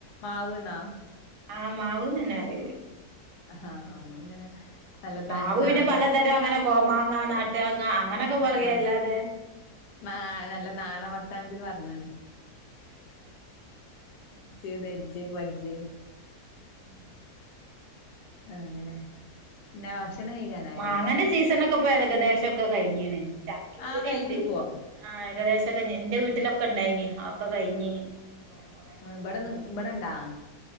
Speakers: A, on the left; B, on the right.
A: മാവ്ന്നാ
B: ആഹ് മാവന്ന് തന്നെ പറയല്
A: ആഹാ നമ്മളിങ്ങനെ നല്ല
B: മാവ്
A: തനി നാടൻ
B: പിന്നെ പലതരം അങ്ങനെ കോമാങ്ങ നാട്ടുമാങ്ങ അങ്ങനൊക്കെ പറയാ
A: അഹ്
B: അല്ലാതെ
A: ന്നാ നല്ല നാണവ സ്ഥാനത്തി പറന്നാണ്
B: ഉം
A: ജ് തഞ്ച് പജ്
B: ഉം
A: ആ അങ്ങനെ പിന്നെ
B: ആ
A: ഭക്ഷണം കഴിക്കാനായാ
B: മാങ്ങന്റെ സീസണോക്കെ ഇപ്പോ ഏകദേശൊക്കെ കഴിഞ്ഞീന് ചക്കി
A: ആഹ്
B: കൂടി
A: കഴിഞ്ഞിപ്പോ
B: ഉണ്ട് ആ ഏകദേശക്കെ എന്റെ വീട്ടിലൊക്കെ ഇണ്ടായിന് അഒക്കെ കഴിഞ്ഞിന് ഇപ്പൊ കൊറേയും കൂടി
A: ഇവിടെ
B: കൊണ്ടോന്നിന്
A: നി ഇവിടെണ്ടാ